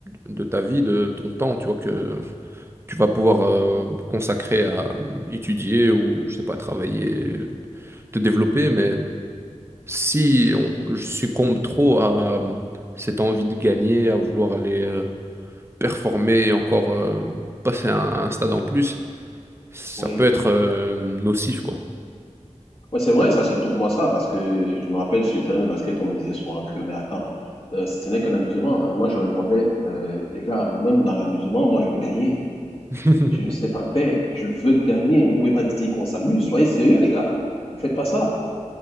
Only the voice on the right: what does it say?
de ta vie, de ton temps, tu vois, que tu vas pouvoir euh, consacrer à euh, étudier ou, je sais pas, travailler, te développer. Mais si on- je succombe trop à euh, cette envie de gagner, à vouloir aller euh, performer et encore euh, passer un, un stade en plus, ça
peut être euh, nocif, quoi.
<laughs>